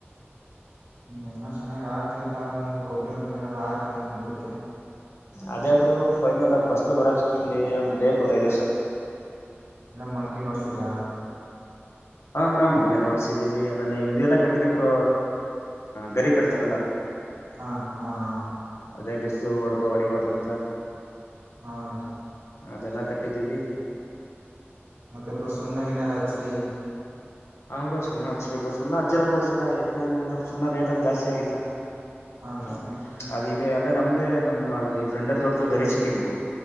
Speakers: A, on the right (about 80°); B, on the left (about 85°).
A: ಹ್ಮ ಎಲ್ಲಾ ಚೆನ್ನಾಗ್ ಹಾಕಿಲ್ಲವ ನೀವ್ ಗೊಬ್ಬ್ರ ಗಿಬ್ಬ್ರ ಎಲ್ಲಾ ಹಾಕ್ರಿ ಬುಡಕ್ಕೆ.
B: ಅದೇಬ್ರೊ ಫೈನಲ್ ಅದ ಫಸ್ಲ್ ಬರೋಷ್ಟ್ರಲ್ಲಿ ಒಂದ್ ಬಕ್ ಒಂದ್ ಐದು ವರ್ಷ.
A: ಎಲ್ಲ ಮಣಗ ನೋಡ್ಸಿದ್ರಾ.
B: ಹ ಬ್ರೊ ಮಣ್ಣೆಲ್ಲ ಹೊಡಸಿದೀವಿ ಆಮೇಲೆ ಇವೆಲ್ಲಾ ಕಟ್ಟಿದೀವ್ರ ಗರಿ ಕಟ್ತಾರಲ್ಲಾ.
A: ಹಾ ಹಾ ಹಾ.
B: ಅದೇ ಬಿಸ್ಲು ಹೊಡ್ಬ ಹೊಡಿಬಾರ್ದಂತ.
A: ಹ ಬ್ರೋ.
B: ಅದೆಲ್ಲ ಕಟ್ಟಿದ್ದೀವಿ.
A: ಮತ್ತೆ ಇಬ್ರು ಸುಣ್ಣಾ ನಿನ್ನ ಎಲ್ಲ ಹಚ್ಚ್ರರಿ <unintelligible>
B: ಹಂ ಬ್ರೊ ಸುಣ್ಣ ಹಚ್ಬೇಕು ಸುಣ್ಣ ಹಚ್ಚಿಲ್ಲ ಬ್ರೊ ಈಸಲ ಯಾಕೆಂದ್ರೆ ಸುಣ್ಣ ರೇಟ್ ಎಲ್ಲ ಜಾಸ್ತಿ ಆಗಿತ.
A: ಹಾ ಬ್ರೋ
B: ಹ್ಮ್ ಅದೀಗ ಅಲ್ಲೆ ನಮ್ದೇ ನಮ್ ಅಲ್ಲಿ ಫ್ರೆಂಡರ್ ತೋಟ್ದಲ್ಲಿ ಗರಿ ಸಿಕ್ಕಿದ್ವು.